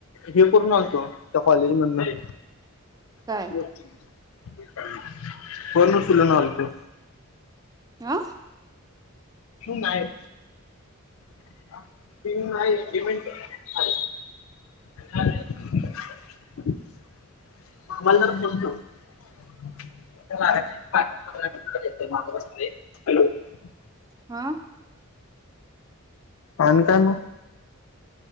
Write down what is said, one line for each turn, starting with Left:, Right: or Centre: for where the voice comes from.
Left: हे करून आणतो त्या कॉलेज मधनं
Right: काय?
Left: <inaudible> <inaudible> कोणउचलून आलत
Right: आं
Left: नाय <inaudible> <inaudible> <inaudible>
Right: हा
Left: आणि काय मग?